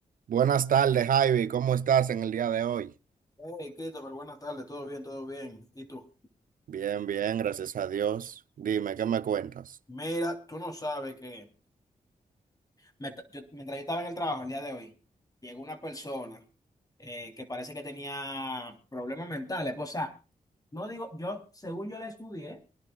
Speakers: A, on the right; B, on the left.
A: Buenas tardes, Javi. ¿Cómo estás en el día de hoy?
B: Hey, Christopher, buenas tardes, todo bien, todo bien. ¿Y tú?
A: Bien, bien, gracias a Dios. Dime, ¿qué me cuentas?
B: Mira, tú no sabes que me ta- yo- mientras yo estaba en el trabajo el día de hoy, llegó una persona eh, que parece que tenía problemas mentales. Pues, o sea, no digo, yo, según yo la estudié,